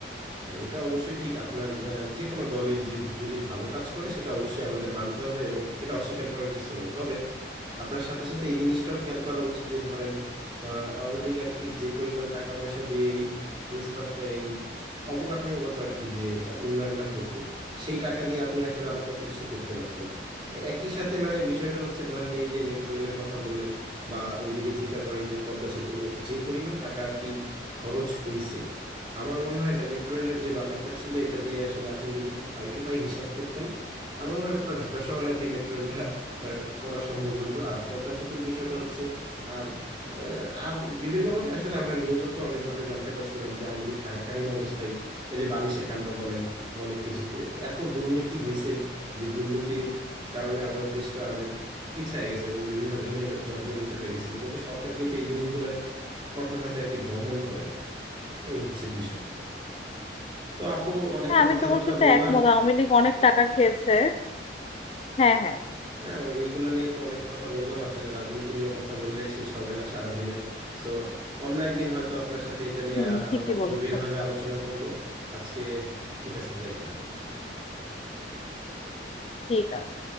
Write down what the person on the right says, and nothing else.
হ্যাঁ এটা অবশ্যই ঠিক আপনার আহ, যে কোনো দলই যে যদি ভালো কাজ করে সেটা অবশ্যই আমাদের মানতে হবে এবং এটা অস্বীকার করার কিছু নেই তবে আপনার সাথে সাথে এই জিনিসটাও খেয়াল করা উচিত যে ধরেন আহ, আওয়ামী লীগ আর কি যে পরিমাণ টাকা পয়সা দিয়ে এই ইনফ্রা- এই অবকাঠামোগত আর কি যে উন্নয়নটা করছে সেই টাকা দিয়ে আপনি আসলে আরো কত কিছু করতে পারতেন একই সাথে মানে বিষয়টা হচ্ছে ধরেন এই যে মেট্রো রেলের কথা বললেন বা ওইদিকে চিন্তা করেন যে পদ্মা সেতু যে পরিমাণ টাকা আর কি খরচ হইছে আমার মনে হয় এটা মেট্রো রেলের যে বাজেটটা ছিল এটা দিয়ে আসলে আপনি যদি পাই টু পাই হিসাব করতেন আমার মনে হয় পুরো ঢাকা শহরে আর কি মেট্রো রেলটা আহ, করা সম্ভব হইতো আর পদ্মা সেতুর বিষয়টা হচ্ছে আর আহ, আর বিভিন্নভাবে আসলে আমরা নিউজেও তো অনেকভাবে জানতে পারছিলাম যে আওয়ামী লীগ থাকাকালীন অবস্থায় এই যে বালিশের কাণ্ড বলেন বা অনেক কিছু যে এত দুর্নীতি হয়েছে যে দুর্নীতির কারণে আমাদের দেশটা অনেক পিছিয়ে গেছে এবং বিভিন্ন ঋণে জর- জর্জরিত হয়ে গেছিল কিন্তু সরকার কিন্তু এই জিনিসগুলোরে কঠোর হাতে আর কি দমন করে নেয় এই হচ্ছে বিষয় তো আপু অনেক
তো
কথাবার্তা
বললাম
হ্যাঁ, এইগুলো নিয়ে তো অনেক কথা বললাম আসলে রাজনীতি নিয়ে কথা বললে শেষ হবে না সারাদিনেও সো অন্য একদিন হয়তো আপনার সাথে এটা নিয়ে
আ- আরো
গভীরভাবে আলোচনা করব আজকে ঠিক আছে যাই তাহলে